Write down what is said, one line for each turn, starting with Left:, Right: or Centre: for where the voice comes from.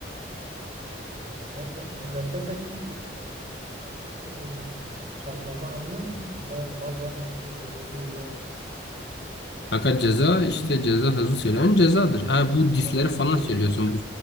Right: ha, güzel ya. Rap'ten peki e, şarkılarında anlıyor musun? baz bazıları mesela çok hızlı söylüyor.
Left: Fakat ceza işte ceza hızlı söyleyen cezadır. Ha, bu
Right: Ceza
Left: disleri
Right: hızlı
Left: falan
Right: söylüyor.
Left: söylüyorsun. Bu,